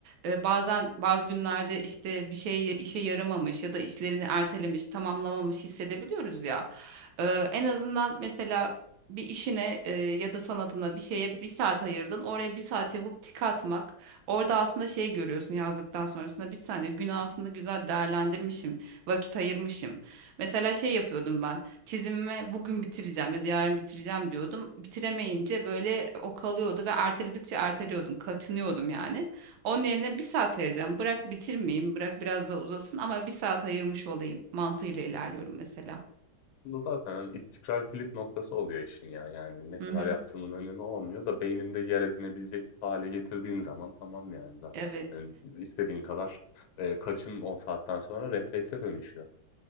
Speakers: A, on the right (about 85°); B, on the left (about 85°).
A: e, bazen bazı günlerde işte bir şey işe yaramamış ya da işlerini ertelemiş, tamamlamamış hissedebiliyoruz ya. E, en azından mesela bir işine e, ya da sanatına bir şeye bir saat ayırdın. Oraya bir saat yapıp tik atmak. Orada aslında şey görüyorsun yazdıktan sonrasında bir saniye günü aslında güzel değerlendirmişim. Vakit ayırmışım. Mesela şey yapıyordum ben. Çizimimi bugün bitireceğim ya da yarın bitireceğim diyordum. Bitiremeyince böyle o kalıyordu ve erteledikçe erteliyordum. Kaçınıyordum yani. Onun yerine bir saat ayıracağım. Bırak bitirmeyeyim, bırak biraz daha uzasın ama bir saat ayırmış olayım mantığıyla ilerliyorum mesela.
B: Aslında zaten hani istikrar kilit noktası oluyor işin ya. Yani ne kadar
A: Hı hı.
B: yaptığının önemi olmuyor da beyninde yer edinebilecek hale getirdiğin zaman tamam yani zaten.
A: Evet.
B: Yani istediğin kadar e, kaçın o saatten sonra reflekse dönüşüyor.